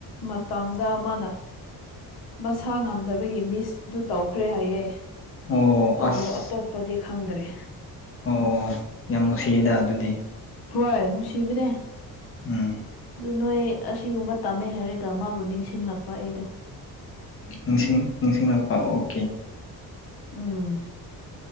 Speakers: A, on the left; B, on the left.
A: ꯃꯇꯝꯗ ꯃꯥꯅ ꯃꯁꯥ ꯉꯝꯗꯕꯒꯤ ꯃꯤꯁ ꯑꯗꯨ ꯇꯧꯈ꯭ꯔꯦ ꯍꯥꯏꯌꯦ
B: ꯑꯣ
A: ꯑꯗꯨ
B: ꯑꯁ
A: ꯑꯇꯣꯞ ꯄꯗꯤ ꯈꯪꯗ꯭ꯔꯦ
B: ꯑꯣ ꯌꯥꯝ ꯅꯨꯡꯁꯤꯌꯦꯗ ꯑꯗꯨꯗꯤ
A: ꯍꯣꯏ ꯅꯨꯡꯁꯤꯕꯅꯦ
B: ꯎꯝ
A: ꯑꯗꯨ ꯅꯣꯏ ꯑꯁꯤꯒꯨꯝꯕ ꯇꯝꯃꯦ ꯍꯥꯏꯔꯒ ꯃꯥꯕꯨ ꯅꯤꯡꯁꯤꯡꯂꯛꯄ ꯑꯩꯗꯣ
B: ꯅꯤꯡꯁꯤꯡ ꯅꯤꯡꯁꯤꯡꯂꯛꯄ ꯑꯣꯀꯦ
A: ꯎꯝ